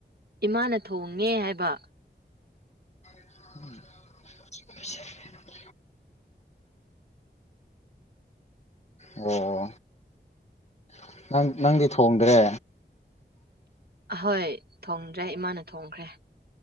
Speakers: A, on the right (about 60°); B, on the left (about 35°).
A: ꯏꯃꯥꯅ ꯊꯣꯡꯉꯦ ꯍꯥꯏꯕ꯫
B: <unintelligible> ꯑꯣ <unintelligible> ꯅꯪ ꯅꯪꯗꯤ ꯊꯣꯡꯗ꯭ꯔꯦ꯫
A: ꯍꯣꯏ ꯊꯣꯡꯗ꯭ꯔꯦ ꯏꯃꯥꯅ ꯊꯣꯡꯈ꯭ꯔꯦ꯫